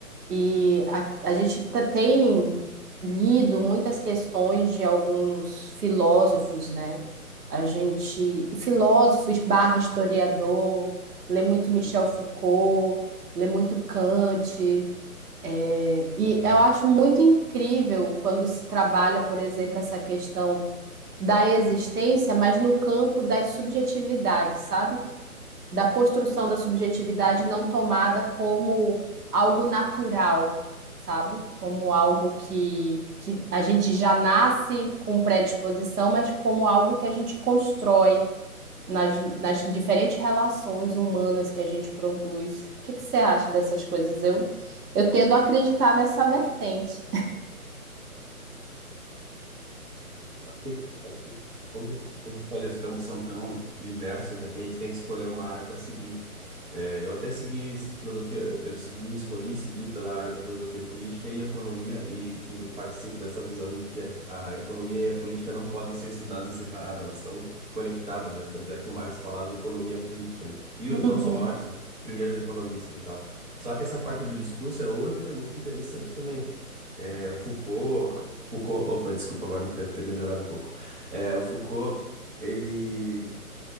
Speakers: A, on the right; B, on the right.
A: e a, a gente t- tem lido muitas questões de alguns filósofos, né? A gente, e filósofos barra historiador, lê muito Michel
B: Hum,
A: Foucault, lê muito Kant. É, e
B: Legal.
A: eu acho muito incrível quando se trabalha, por exemplo, essa questão da existência, mas no campo das subjetividades, sabe? Da construção da subjetividade não tomada como algo natural, sabe? Como algo que, que a gente já nasce com predisposição, mas como algo que a gente constrói nas, nas diferentes relações humanas que a gente produz. O que que você acha dessas coisas? Eu, eu tendo a acreditar nessa vertente.
B: Assim, é que como, como eu falei, os campos são tão diversos, né, que a gente tem que escolher uma área para seguir. É, eu até segui esse- filosofia, eu segui, escolhi seguir pela área da filosofia política e economia e, e participo dessa visão de que a, a economia e a política não podem ser estudadas em separado, elas estão conectadas, né? Tanto é que o Marx falava de economia política, né? E o-
A: Uhum.
B: não só o Marx, os primeiros economistas e tal. Só que essa parte do discurso é outra que é muito interessante também. É, o Foucault, Foucault, opa, desculpa, agora deve ter melhorado um pouco. É, o Foucault, ele